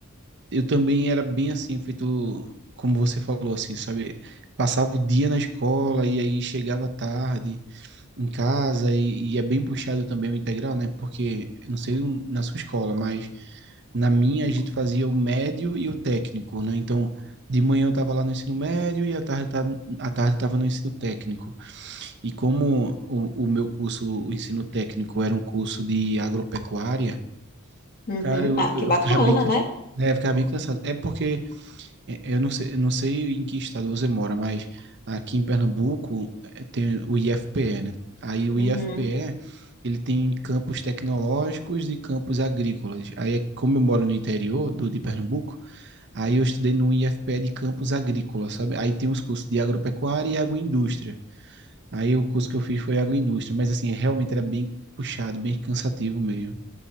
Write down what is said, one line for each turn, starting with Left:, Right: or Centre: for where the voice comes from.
Right: eu também era bem assim, feito como você falou, assim, sabe? Passava o dia na escola e aí chegava tarde em casa e, e é bem puxado também o integral, né? Porque, não sei na sua escola, mas na minha, a gente fazia o médio e o técnico, né? Então, de manhã eu estava lá no ensino médio e à tarde, tá, à tarde estava no ensino técnico. E como o, o meu curso, o ensino técnico, era um curso de agropecuária,
Left: uhum.
Right: cara, eu,
Left: Ah, que
Right: eu
Left: bacana,
Right: ficava bem, ca-
Left: né?
Right: é, eu ficava bem cansado. É porque e- Eu não sei, eu não sei em que estado você mora, mas aqui em Pernambuco eh, tem o IFPE, né? Aí o
Left: Uhum.
Right: IFPE, ele tem campos tecnológicos e campos agrícolas. Aí, é, como eu moro no interior do de Pernambuco, aí eu estudei no IFPE de campos agrícolas, sabe? Aí tem os cursos de agropecuária e agroindústria. Aí o curso que eu fiz foi agroindústria, mas assim, realmente era bem puxado, bem cansativo mesmo.